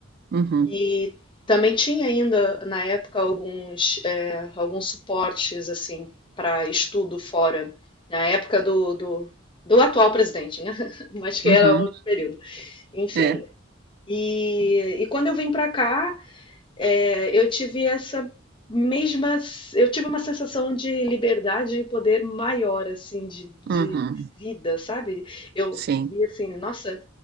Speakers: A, on the right; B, on the left.
A: uhum,
B: E também tinha ainda, na época, alguns, eh, alguns suportes assim para estudo fora, na época do, do, do atual presidente, né? <laughs> Mas que
A: uhum,
B: era outro período. Enfim,
A: é,
B: e, e quando eu vim para cá, eh, eu tive essa mesma, eu tive uma sensação de liberdade e poder maior, assim, de, de,
A: uhum,
B: de vida, sabe? Eu
A: sim,
B: vi assim, nossa.